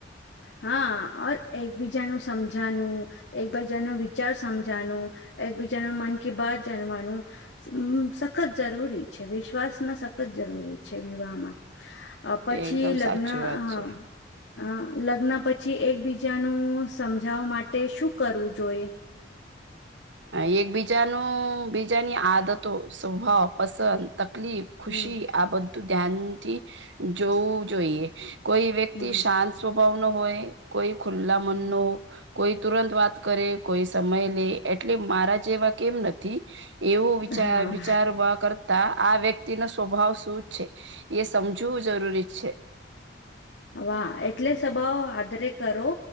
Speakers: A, on the left; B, on the right.
A: હા આ ઔર એકબીજાનું સમજાનું એકબીજા નું વિચાર સમજાનું એકબીજાનું મન કી બાત જાણવાનું હમ્મ સખત જરૂરી છે વિશ્વાસ ના સખત જરૂરી છે વિવાહમાં. અહ પછી
B: એ એકદમ
A: લગ્ન
B: સાચી વાત
A: હ
B: છે
A: અહ લગ્ન પછી એકબીજાનું સમજાવ માટે શું કરવું જોઈ.
B: અહ એકબીજાનો બીજાની આદતો સ્વભાવ પસંદ તકલીફ ખુશી
A: હમ
B: આ બધું ધ્યાનથી જોવું જોઈએ કોઈ વ્યક્તિ
A: હમ
B: શાંત સ્વભાવ નો હોય કોઈ ખુલ્લા મન
A: હમ.
B: ન કોઈ તુરંત વાત કરે કોઈ સમય લે એટલે મારા જેવા કેમ નથી એવો વિચાર
A: હા
B: વિચારવા કર તા આ વ્યક્તિ નો સ્વભાવ શું છે એ સમજવું જરૂરી છે.
A: વાહ એટલે સ્વભાવ આદરે કરો